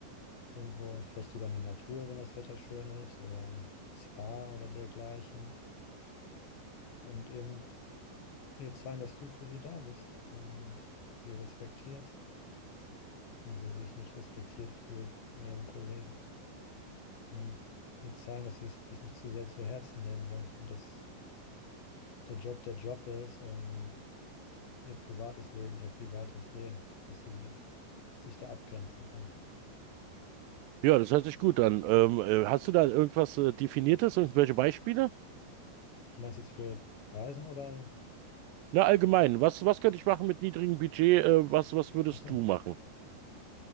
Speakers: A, on the left (about 70°); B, on the right (about 80°).
A: Irgendwo, vielleicht sogar in die Natur, wenn das Wetter schön ist, oder Spa oder dergleichen. und eben ihr zeigen, dass du für sie da bist und sie respektierst, wenn sie sich nicht respektiert fühlt von ihrem Kollegen. Und ihr zeigen, dass sie es sich nicht zu sehr zu Herzen nehmen soll und dass der Job der Job ist und ihr privates Leben ihr privates Leben, dass sie sich da abgrenzen kann.
B: Ja, das hört sich gut an. Ähm, äh, hast du da irgendwas äh, Definiertes, und welche Beispiele?
A: Du meinst jetzt für Reisen oder?
B: Na, allgemein, was, was könnte ich machen mit niedrigem Budget? Äh, was, was würdest
A: Achso,
B: du machen?